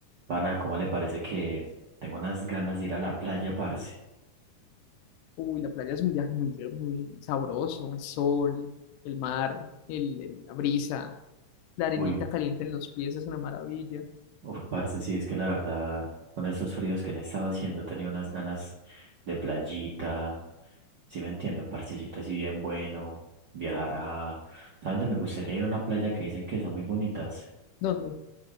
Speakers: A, on the right; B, on the left.
A: Pana, ¿cómo le parece que tengo unas ganas de ir a la playa, parce?
B: Uy, la playa es un viaje muy, muy sabroso, el sol, el mar, el, el- la brisa, la arenita
A: Uy,
B: caliente en los pies es una maravilla.
A: uf, parce, sí, es que la verdad, con esos fríos que me estaba haciendo, he tenido unas ganas de playita, ¿sí me entiendo? Un parchecito así bien bueno, viajar a... ¿Saben dónde me gustaría ir a una playa que dicen que son muy bonitas?
B: ¿Dónde?